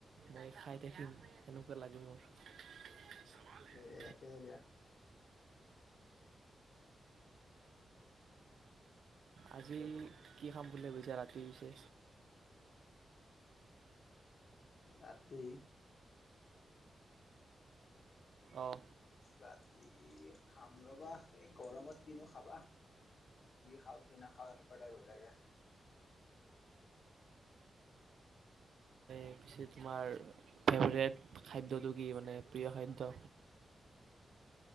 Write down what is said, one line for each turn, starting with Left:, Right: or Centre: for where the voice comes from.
Right: মই খাই থাকিম সেনেকুৱা লাগে মোৰ
Left: এই একে দিয়া
Right: আজি কি খাম বুলি ভাবিছে ৰাতি পিছে
Left: ৰাতি
Right: আহ
Left: ৰাতি খাম ৰবা এই গৰমত কিনো খাবা কি খাও কি নাখাও এনেকুৱা টাইপ হৈ থাকে
Right: তাৰপিছে তোমাৰ ফেভৰেট খাদ্যটো কি মানে প্ৰিয় খাদ্য